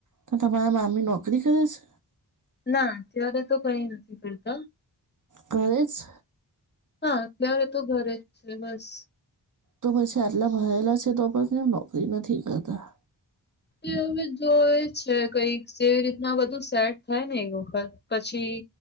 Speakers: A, on the right; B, on the left.
A: તો તમારા મામી નોકરી કરે છે?
B: ના, અત્યારે તો કંઈ નથી કરતા હો.
A: કરજ <unintelligible>
B: હા અત્યારે તો ઘરે જ છે. બસ
A: તો પછી આટલા ભરેલા છે તો પણ કેમ નોકરી નથી કરતા
B: હવે જોય છે કઈક જેવી રીતના બધું સેટ થાય ને એક વખત પછી,